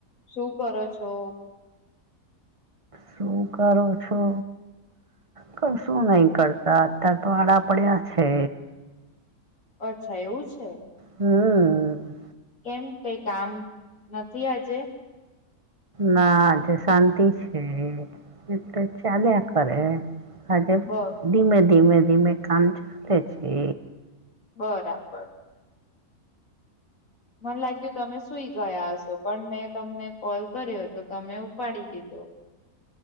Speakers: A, on the left; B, on the right.
A: શું કરો છો?
B: શું કરો છો? કશું નહી કરતા. અત્યારે તો આડા પડ્યા છે.
A: અચ્છા એવું છે.
B: હમ્મ.
A: કેમ કઈ કામ નથી આજે?
B: ના આજે શાંતિ છે. એતે ચાલ્યા કરે. આજે
A: બ
B: ધીમે ધીમે ધીમે કામ ચાલે છે.
A: બરાબર. મને લાગ્યું તમે સુઈ ગયા હશો પણ મેં તમને કોલ કર્યો હતો તમે ઉપાડી લીધો.